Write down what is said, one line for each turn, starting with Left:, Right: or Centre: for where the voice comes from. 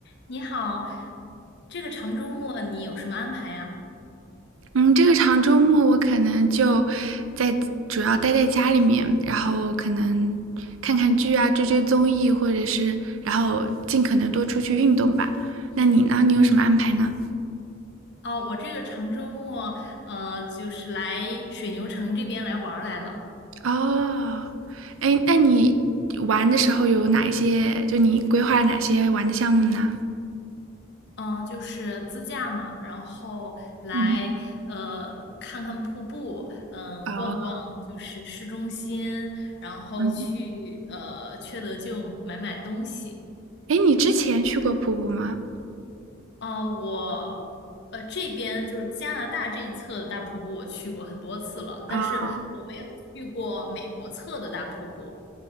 Left: 你好，这个长周末你有什么安排呀？
Right: 嗯，这个长周末我可能就在主要待在家里面，然后可能看看剧啊，追追综艺，或者是然后尽可能多出去运动吧。那你呢？你有什么安排呢？
Left: 哦，我这个长周末，呃，就是来水牛城这边来玩儿来了。
Right: 哦，哎，那你玩的时候有哪一些？就你规划了哪些玩的项目呢？
Left: 嗯，就是自驾嘛，然后来呃看看瀑布，
Right: 嗯，
Left: 嗯、
Right: 哦，
Left: 逛逛就是市中心，然后去呃缺德就买买东西。
Right: 嗯，哎，你之前去过瀑布吗？
Left: 啊、我呃这边就是加拿大这一侧的大瀑布，我去过很多次了，
Right: 啊，
Left: 但是我没有去过美国侧的大瀑布。